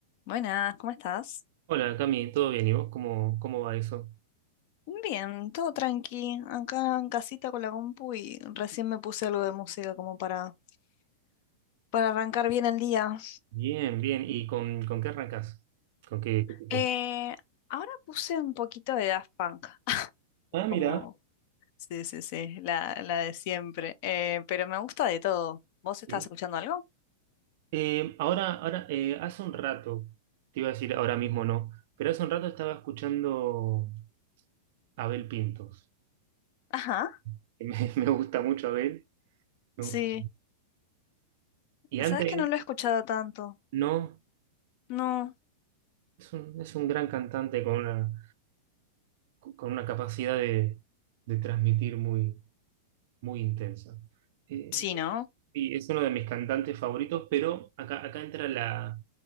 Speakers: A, on the left; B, on the right.
A: Buenas, ¿cómo estás?
B: Hola Cami, ¿todo bien? ¿Y vos cómo, cómo va eso?
A: Bien, todo tranqui, acá en casita con la compu y recién me puse algo de música como para, para arrancar bien el día.
B: Bien, bien. ¿Y con, con qué arrancás? ¿Con qué, qué te tomo?
A: Eh, ahora puse un poquito de Daft Punk,
B: Ah, mira.
A: como, sí, sí, sí, la, la de siempre, Eh, pero me gusta de todo. ¿Vos estás
B: Sí.
A: escuchando algo?
B: Eh, ahora, ahora eh, hace un rato, te iba a decir ahora mismo no, pero hace un rato estaba escuchando a Abel Pintos.
A: Ajá,
B: <laughs> Me, me gusta mucho Abel. me
A: sí,
B: gusta. Y
A: sabes
B: antes,
A: que no lo he escuchado tanto.
B: no,
A: No,
B: es un, es un gran cantante con una, con una capacidad de, de transmitir muy, muy intensa. Eh,
A: sí, ¿no?
B: Sí, es uno de mis cantantes favoritos, pero acá, acá entra la,